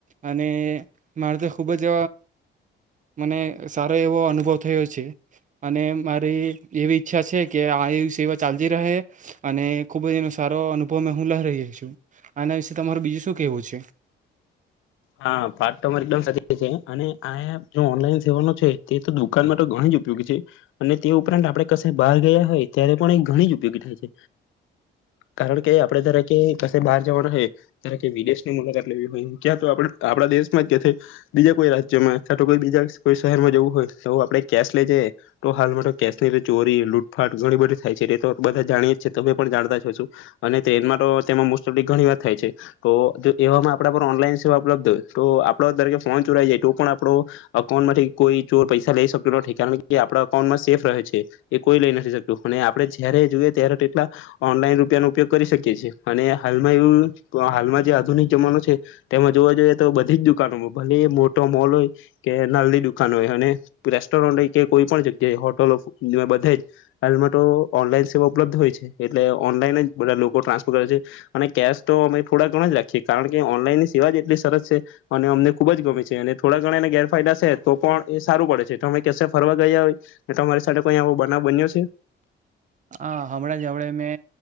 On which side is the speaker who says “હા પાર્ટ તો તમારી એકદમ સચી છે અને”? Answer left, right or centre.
Left